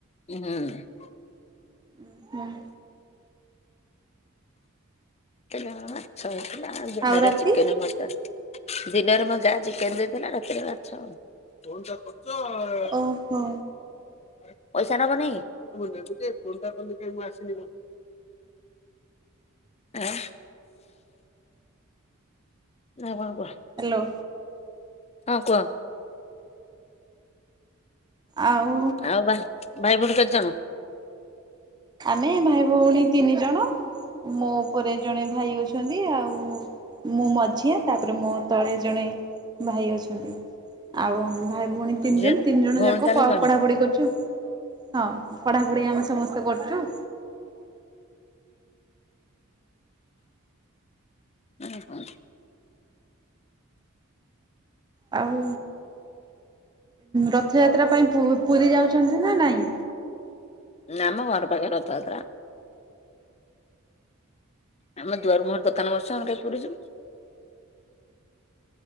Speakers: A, on the left; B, on the right.
A: ହୁଁ।
B: ଉଁ ହୁଁ।
A: କଲି ଆମର ମାଛ ହେଇଥିଲା, ଦିନରେ
B: ଆଉ ରାତି
A: ଚିକେନ ମୋ ଜା ଦିନରେ ମୋ ଜା ଚିକେନ ଦେଇଥିଲା ରାତିରେ ମାଛ ଆଉ। ହ
B: ଓହୋ।
A: <inaudible> ଆଉ? ଆଉ କଣ କୁହ?
B: ହ୍ୟାଲୋ।
A: ହଁ କୁହ।
B: ଆଉ
A: ଆଉ ଭାଇ ଭଉଣି କେତେଜଣ?
B: ଆମେ ଭାଇ ଭଉଣୀ ତିନି ଜଣ ମୋ ଉପରେ ଜଣେ ଭାଇ ଅଛନ୍ତି ଆଉ ମୁଁ ମଝିଆ ତାପରେ ମୋ ତଳେ ଜଣେ ଭାଇ ଅଛନ୍ତି। ଆଉ ଆମ ଭାଇ ଭଉଣୀ ତିନି
A: ଝିଅ
B: ଜଣ ତିନି ଜଣ
A: ଭଉଣୀ
B: ଯାକ
A: ତାହେଲେ
B: ପ
A: ଜଣେ
B: ପଢାପଢି କରୁଚୁ। ହଁ ପଢାପଢି ଆମେ ସମସ୍ତେ କରୁଚୁ।
A: ଉଁ ହୁଁ।
B: ଆଉ ରଥଯାତ୍ରା ପାଇଁ ପୁରୀ ଯାଉଚନ୍ତି ନା ନାଇଁ?
A: ନା ଆମ ଘର ପାଖେ ରଥଯାତ୍ରା। ଆମ ଦୁଆର ମୁହଁର ଦୋକାନ ବସୁଚି ଆମେ କାଇଁ ପୁରି ଯିବୁ।